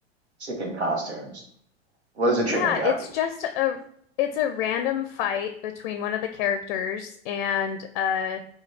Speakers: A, on the right (about 80°); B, on the left (about 50°).
A: chicken costumes. What is a chicken
B: Yeah,
A: jockey?
B: it's just a it's a random fight between one of the characters and a